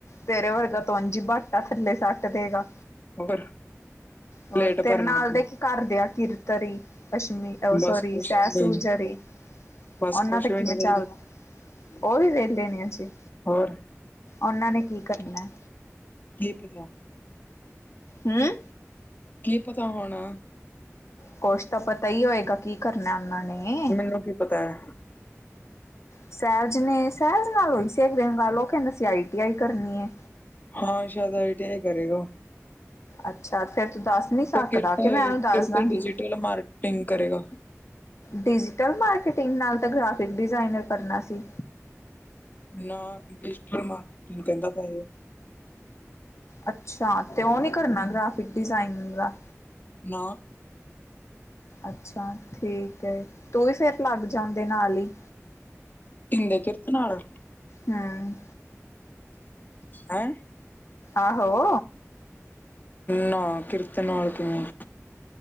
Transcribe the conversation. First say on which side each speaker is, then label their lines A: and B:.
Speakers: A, on the left (about 60°); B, on the left (about 35°).
A: ਤੇਰੇ ਵਰਗਾ ਤੇ ਓਂਜੀ ਬਟ ਏ ਥੱਲੇ ਸਟ ਦੇਗਾ।
B: ਹੋਰ।
A: ਹੋਰ
B: ਪਲੇਟ
A: ਤੇਰੇ
B: ਭਰਨ
A: ਨਾਲ
B: ਲੱਗੀ
A: ਦੇ ਇੱਕ ਘਰਦੇ ਆ ਕੀਰਤ ਅਰੀ। ਅਸ਼ਮੀ ਔ
B: ਬਸ
A: ਸੋਰੀ
B: ਕੁਛ
A: ਸੈ
B: ਨਹੀਂ
A: ਸੂ ਜਰੀ।
B: ਬਸ
A: ਉਹਨਾਂ
B: ਕੁਛ
A: ਤੇ ਕਿਵੇਂ
B: ਵੀ ਨੀ
A: ਚੱਲਦਾ,
B: ਵੇਲੇ
A: ਉਹ ਵੀ ਵੇਖ ਲੈਨੇ ਆ ਜੀ।
B: ਹੋਰ।
A: ਉਨਾਂ ਨੇ ਕੀ ਕਰਨੈ।
B: ਲ ਪ <unintelligible> ਕਿ ਪਤਾ
A: ਹਮ।
B: ਕੀ ਪਤਾ ਹੋਣਾ।
A: ਕੋਸ਼ ਤਾਂ ਪਤਾ ਹੀ ਹੋਏਗਾ ਕੀ ਕਰਨੈ ਉਹਨਾਂ ਨੇ।
B: ਮੈਨੂੰ ਕੀ ਪਤਾ ਹੈ
A: ਸਹਿਜ ਨੇ, ਸਹਿਜ ਨਾਲ ਹੋਈ ਸੀ ਦਿਨ ਗੱਲ ਉਹ ਕਹਿੰਦਾ ਸੀ ਆਈ ਟੀ ਆਈ ਕਰਨੀ ਐ।
B: ਹਾਂ ਸ਼ਾਇਦ ਆਈ ਟੀ ਆਈ ਕਰੇਗਾ ਓਹ।
A: ਅੱਛਾ ਫੇਰ ਤੂ ਦੱਸ। ਨਹੀਂ ਸਕਦਾ
B: ਤੇ ਕਿਰਤੇ-
A: ਕਿ ਮੈਂ ਉਹਨੂੰ ਦੱਸ
B: ਕਿਰਤੇ
A: ਦਾਂਗੀ
B: ਡਿਜੀਟਲ ਮਾਰਕੀਟਿੰਗ ਕਰੇਗਾ।
A: ਡਿਜੀਟਲ- ਮਾਰਕੀਟਿੰਗ ਨਾਲ ਤਾਂ ਗ੍ਰਾਫਿਕ- ਡਿਜ਼ਾਇਨਰ ਕਰਨਾ ਸੀ।
B: ਨਾ ਡਿਜੀਟਲ- ਮਾਰਕੀਟਿੰਗ ਕਹਿੰਦਾ ਪਯਾ ਏ।
A: ਅੱਛਾ ਤੇ ਉਹ ਨੀ ਕਰਨਾ
B: ਇਹ
A: ਗ੍ਰਾਫਿਕ ਡਿਜ਼ਾਇਨਰ ਦਾ।
B: ਨਾ।
A: ਅੱਛਾ, ਠੀਕ ਹੈ। ਤੂੰ ਹੀ ਸਿਹਤਮੰਦ ਜਾ। ਤੇ ਨਾਲ ਹੀ
B: ਕਿਦੇ ਕੀਰਤ ਨਾਲ
A: ਹਮ
B: ਹੈ
A: ਆਹੋ।
B: ਨਾ ਕਿਰਤਨ ਨਾਲ ਕਿਵੇਂ